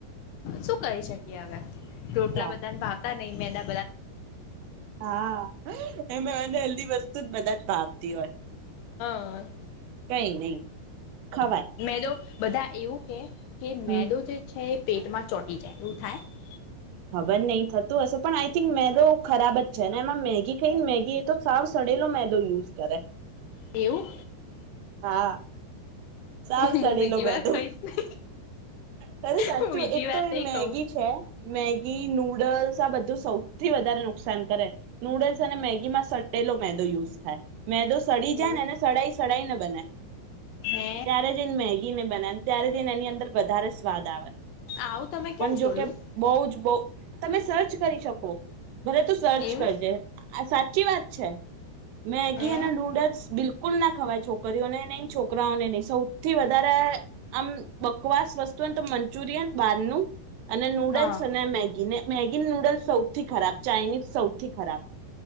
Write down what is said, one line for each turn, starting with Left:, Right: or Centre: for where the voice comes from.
Left: શું કરી શકીએ હવે? રોટલા
Right: તો
Left: બધા ને ભાવતા નહી. મેડા
Right: હા. <unintelligible> બધી વસ્તુ જ બધા જ ભાવતી હોય.
Left: હા
Right: કઈ નહી. ખવાય
Left: મેદો બધા એવું કે કે મેદો
Right: હમ
Left: જે છે એ પેટમાં ચોટી જાય. એવું થાય
Right: ખબર નહી થત તો હશે પણ આઈ થિંક મેદો ખરાબ જ છે ને એમાં મેગી ખાઈ ને મેગી એ તો સાવ સડેલો મેદો યુઝ કરે.
Left: એવું.
Right: હા
Left: એવું
Right: સાવ સડેલો
Left: હું બીજી
Right: મેદો
Left: વાર ખાઈશ નહી
Right: તરે સાચું
Left: હું બીજી
Right: એક
Left: વાર
Right: તો
Left: નઈ
Right: મેગી
Left: કઉ
Right: છે મેગી નૂડલ્સ છે આ બધું સૌથી વધારે નુકસાન કરે નુડલ્સ અને મેગ એમાં સડેલો મેદો યુઝ થાય. મેડી સડી
Left: એવું
Right: જાય ને ને સડાઈ સડાઈ ન ને
Left: હે
Right: ત્યારે જને મેગીને બના ત્યારે જને એની અંદર વધારે સ્વાદ આવે.
Left: આવું તમે ક્યાં
Right: પણ
Left: જોયું
Right: જોકે બઉ જ બો તમે સર્ચ કરી શકો ભલે તો સર્ચ
Left: એવું
Right: કરજે આ સાચી વાત છે. મેગી
Left: હે
Right: અને નૂડલ્સ બિલકુલ ના ખવાય છો <unintelligible> છોકરાઓને નહી સૌથી વધારે આમ બકવાસ વસ્તુ તો મંચુરિયન બારનું અને નૂડલ્સ
Left: હા
Right: અને મેગી ને મેગી નૂડલ્સ સૌથી ખરાબ ચાઇનીઝ સૌથી ખરાબ.